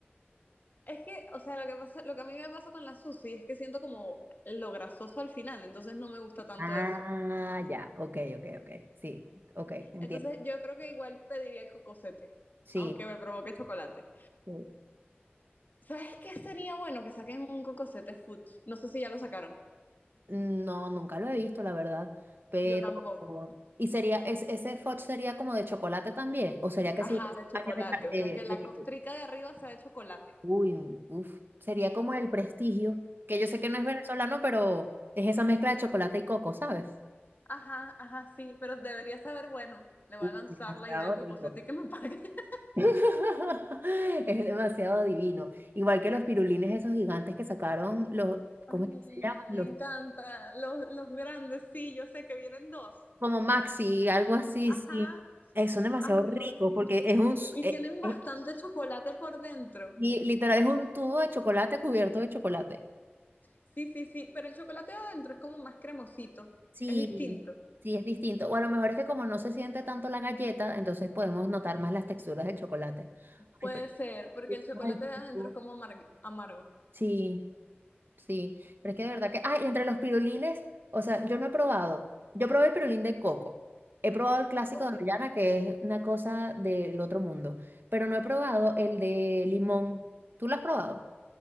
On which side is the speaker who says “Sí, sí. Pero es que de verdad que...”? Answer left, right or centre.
Right